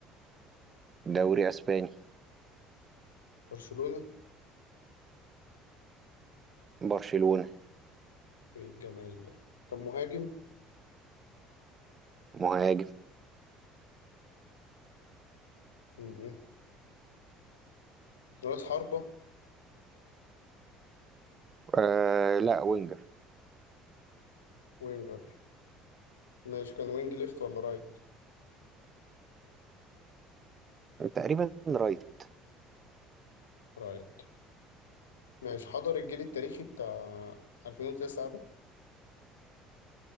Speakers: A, on the right; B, on the left.
A: دوري اسباني
B: برشلونة
A: برشلونة
B: إيه الجمال ده كان مهاجم
A: مهاجم
B: م- م. رأس حربة
A: آه لا وينجر
B: وينجر ماشي كان وينج ليفت ولا رايت
A: تقريبا رايت
B: رايت ماشي حضر الجيل التاريخي بتاع 2009 ده